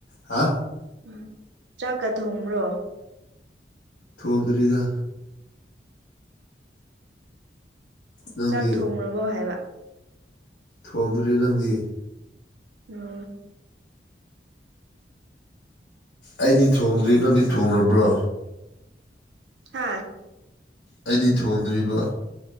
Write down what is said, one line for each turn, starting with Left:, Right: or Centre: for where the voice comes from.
Left: ꯍꯥ
Right: ꯎꯝ ꯆꯥꯛꯀ ꯊꯣꯡꯕ꯭ꯔꯣ
Left: ꯊꯣꯡꯝꯗ꯭ꯔꯤꯗ ꯅꯪꯗꯤ
Right: ꯆꯥꯛ ꯊꯣꯡꯡꯂꯔꯕꯣ ꯍꯥꯏꯕ
Left: ꯊꯣꯡꯗꯔꯤ ꯅꯪꯗꯤ
Right: ꯎꯝ
Left: ꯑꯩꯗꯤ ꯊꯣꯡꯗ꯭ꯔꯤ ꯅꯪꯗꯤ ꯊꯣꯡꯑꯕ꯭ꯔꯣ
Right: ꯍꯥꯥ
Left: ꯑꯩꯗꯤ ꯊꯣꯡꯗ꯭ꯔꯤꯕ